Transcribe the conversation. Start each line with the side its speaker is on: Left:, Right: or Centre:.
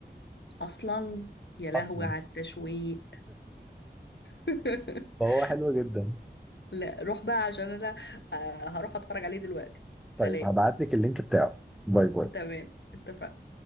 Left: اصلا يا لهوي
Centre: أصلا
Left: على التشويق <laughs>
Centre: فهو حلو جدا
Left: لا روح بقى عشان انا آه، هروح اتفرج عليه دلوقتي سلام
Centre: طيب هبعت لك اللينك بتاعه باي باي
Left: تمام اتفقنا